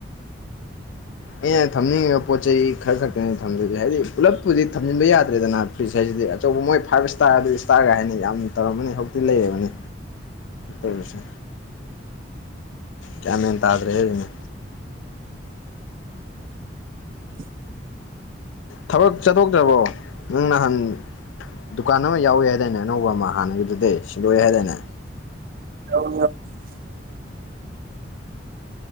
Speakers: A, on the left; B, on the right.
A: ꯑꯩꯅ ꯊꯝꯅꯤꯡꯉꯤꯕ ꯄꯣꯠ ꯆꯩ ꯈꯔ ꯈꯛꯇꯅꯤ ꯊꯝꯗꯣꯏꯒꯦ ꯍꯥꯏꯗꯤ ꯄꯨꯂꯞꯄꯨꯗꯤ ꯊꯝꯖꯤꯟꯕ ꯌꯥꯗ꯭ꯔꯦꯗꯅ ꯐ꯭ꯔꯤꯖ ꯍꯥꯏꯁꯤ ꯍꯥꯏꯗꯤ ꯑꯆꯧꯕ ꯃꯣꯏ ꯐꯥꯏꯚ ꯏꯁꯇꯥꯔ ꯑꯗꯨ ꯏꯁꯇꯥꯔꯒ ꯍꯥꯏꯅ ꯌꯥꯝꯅ ꯇꯧꯔꯝꯃꯅꯤ ꯍꯧꯖꯤꯛꯇꯤ ꯂꯩꯔꯕꯅꯤ ꯇꯔꯁ ꯀꯌꯥ ꯃꯦꯍꯟ ꯇꯗ ꯔꯦ ꯑꯗꯨꯩꯅ
B: <unintelligible> <inaudible>
A: ꯊꯕꯛ ꯆꯠꯊꯣꯛꯇ꯭ꯔꯕꯣ ꯅꯪ ꯅꯍꯥꯟ ꯗꯨꯀꯥꯟ ꯑꯃ ꯌꯥꯎꯋꯦ ꯍꯥꯏꯗꯥꯏꯅꯦ ꯑꯅꯧꯕ ꯑꯃ ꯍꯥꯟꯅꯒꯤꯗꯨꯗꯤ ꯁꯤꯗꯣꯛꯑꯦ ꯍꯥꯏꯗꯥꯏꯅꯦ
B: ꯍꯧ